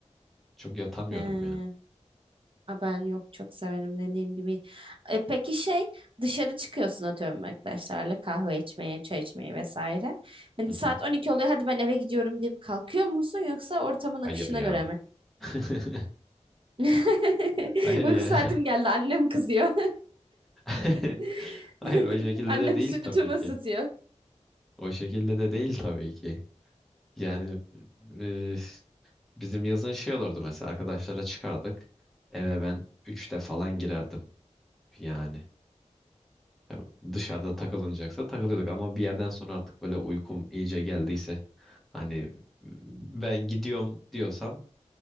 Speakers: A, in the centre; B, on the right (about 45°).
A: Çok yatamıyorum
B: Hı.
A: yani.
B: Ha, ben yok çok severim dediğim gibi. E, peki şey dışarı çıkıyorsun atıyorum arkadaşlarla kahve içmeye, çay içmeye vesaire. Hani
A: Hı hı.
B: saat 12 oluyor hadi ben eve gidiyorum deyip kalkıyor musun yoksa ortamın akışına
A: Hayır ya.
B: göre mi?
A: <laughs>
B: <laughs>
A: Hayır
B: Uyku
A: ya.
B: saatim geldi annem kızıyor.
A: <laughs>
B: <laughs>
A: Hayır o şekilde
B: Annem
A: de değil
B: sütümü
A: tabii ki.
B: ısıtıyor.
A: O şekilde de değil tabii ki. Yani e, bizim yazın şey olurdu mesela arkadaşlara çıkardık. Eve ben üçte falan girerdim yani. Ya Dışarıda takılınacaksa takılıyorduk ama bir yerden sonra artık böyle uykum iyice geldiyse hani e, ben gidiyorum diyorsam